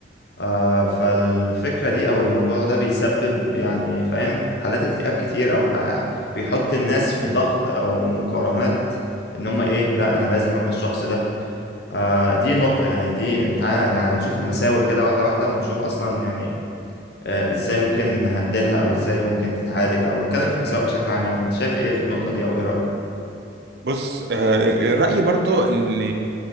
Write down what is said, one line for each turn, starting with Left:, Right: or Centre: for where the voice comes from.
Left: آه فالفكرة دي أو الموضوع ده بيسبب يعني فاهم حالات اكتئاب كتير أو ح... بيحط الناس في ضغط أو مقارنات إن هما إيه لا أنا لازم أبقى الشخص ده آه دي نقطة يعني دي أنت ع- يعني هنشوف المساوئ كده واحدة واحدة ونشوف أصلا يعني آه إزاي ممكن نهندلها أو إزاي ممكن تتعالج أو نتكلم في المساوئ بشكل عام يعني أنت شايف إيه في النقطة دي أو إيه رأيك؟
Right: بص آه، رأيي برضو ان